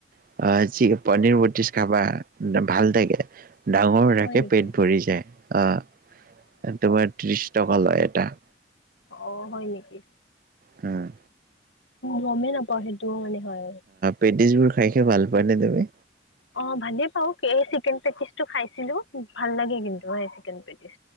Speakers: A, on the right; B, on the left.
A: <unintelligible> পনিৰ পেটিচ খাবা, ভাল লাগে। ডাঙৰো থাকে
B: হয় নেকি
A: পেট ভৰি যায়, অ', তোমাৰ ত্ৰিশ টকা লয় এটা।
B: অ', হয় নেকি?
A: হম।
B: গমেই নাপাওঁ, সেইটোও মানে হয়।
A: পেটিছবোৰ খাই খাই ভাল পোৱানে তুমি?
B: অ', ভালে পাও, এই চিকেন পেকিচটো খাইছিলো, ভাল লাগে কিন্তু সেই চিকেন পেটিচ।